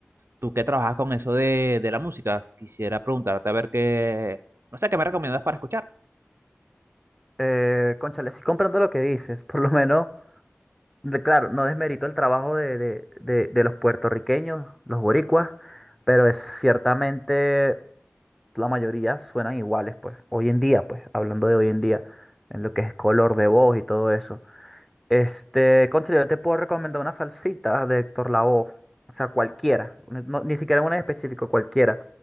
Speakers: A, on the right; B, in the centre.
A: tú que trabajas con eso de, de la música, quisiera preguntarte a ver qué, no sé, qué me recomiendas para escuchar.
B: Eh, cónchale, sí comprendo lo que dices, por lo menos, de- claro, no desmerito el trabajo de, de- de- de los puertorriqueños, los boricuas, pero es ciertamente la mayoría suenan iguales, pues, hoy en día, pues, hablando de hoy en día, en lo que es color de voz y todo eso. Este, cónchale, yo te puedo recomendar una salsita de Héctor Lavoe. O sea, cualquiera. ni no- ni siquiera una en específico, cualquiera.